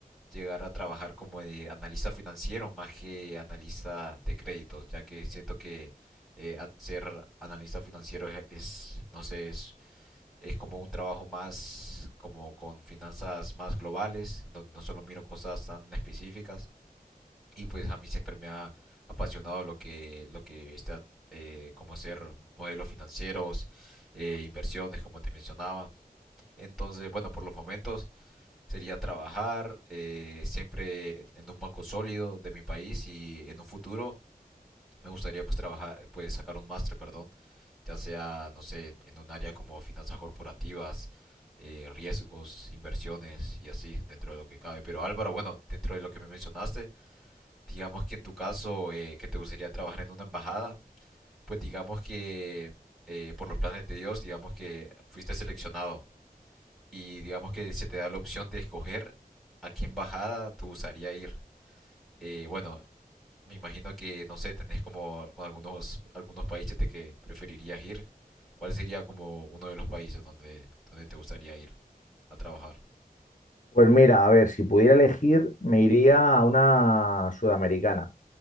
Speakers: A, in the centre; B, on the left.
A: llegar a trabajar como de analista financiero más que analista de créditos, ya que siento que eh, a- ser analista financiero es, es, no sé, es, es como un trabajo más como con finanzas más globales, donde no solo miro cosas tan específicas. Y pues a mí siempre me ha apasionado lo que, lo que está eh, como hacer modelos financieros, eh, inversiones, como te mencionaba. Entonces, bueno, por los momentos sería trabajar eh, siempre en un banco sólido de mi país y en un futuro me gustaría pues trabajar, pues sacar un máster, perdón, ya sea, no sé, en, en un área como finanzas corporativas, eh, riesgos, inversiones y así, dentro de lo que cabe. Pero Álvaro, bueno, dentro de lo que me mencionaste, digamos que en tu caso eh, que te gustaría trabajar en una embajada, pues digamos que eh, por los planes de Dios, digamos que fuiste seleccionado y digamos que se te da la opción de escoger a qué embajada te gustaría ir. Eh, bueno, me imagino que, no sé, tenés como con algunos, algunos países de que preferirías ir. ¿Cuál sería como uno de los países donde, donde te gustaría ir a trabajar?
B: Pues mira, a ver, si pudiera elegir, me iría a una sudamericana.